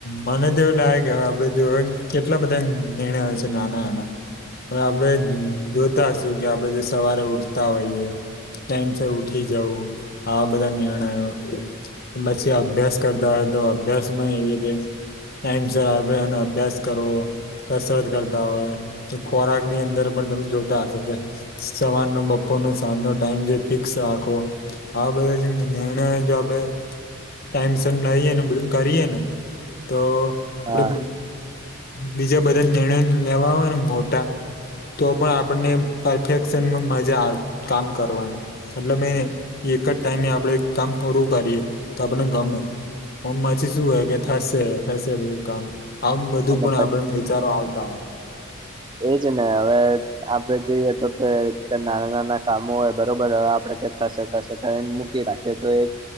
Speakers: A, on the left; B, on the right.
A: મને તોવું લાગે કે હવે આપડે જો કેટલા બધા નિર્ણયો છે, નાના-નાના. પણ આપણે જોતાશું કે આપણે જે સવારે ઉઠતા હોઈએ. ટાઈમસર ઉઠી જવું આવા બધા નિર્ણયો. પછી અભ્યાસ કરતા હોય તો, અભ્યાસમાં એવી રીતે ટાઈમ સરનો અભ્યાસ કરો. કસરત કરતા હોય તો, ખોરાકની અંદર પણ તમે જોતા હશો. સવારનો-બપોરનો સાંજનો ટાઈમ જે ફિક્સ રાખો. હા, બધા જે નિર્ણય જો આપણે ટાઈમ ના ને બધું કરીએ ને તો
B: હા
A: આપડે બીજા બધા નિર્ણયો લેવા હોય ને મોટા. તો પણ આપણને પરફેક્શન મજા આવે કામ કરવાની. મતલબ એ એક જ ટાઈમે આપણેે કામ પૂરું કરીએ તો, આપણે ગમે હમ્મ, પછી શું હોય કે, થશે થશે, બધું કામ આવું બધું
B: અને
A: પણ
B: પછી
A: આપડે વિચારો આવતા હોય.
B: એજ ને હવે આપડે જોઈએ તો કે નાના-નાના કામો હોય, બરોબર હવે આપડે થશે, થશે કઈ મૂકી રાખે તો એક